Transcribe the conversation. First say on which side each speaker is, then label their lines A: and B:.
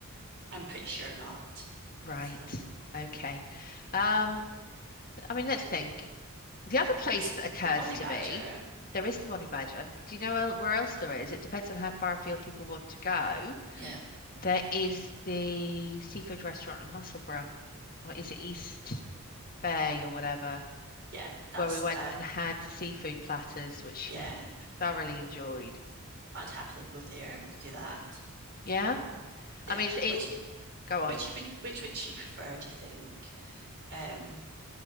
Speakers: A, on the right; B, on the left.
A: I'm pretty sure not.
B: Right.
A: So
B: Okay. Um, I mean, let's think. The other place
A: this
B: that occurs
A: the Bonnie
B: to
A: Badger.
B: me, there is the Bonnie Badger. Do you know el- where else there is? It depends on how far afield people want to go.
A: Yeah,
B: There is the seafood restaurant in Musselburgh, or is it East Bay or whatever,
A: yeah, that's
B: where we went
A: that.
B: and
A: Uh,
B: had the seafood platters, which
A: Yeah,
B: he thoroughly enjoyed.
A: I'd happily go there. We could do that.
B: Yeah.
A: Yeah,
B: I mean, it's, it,
A: what do you,
B: it- go on.
A: which would which would she prefer? Do you think? Um,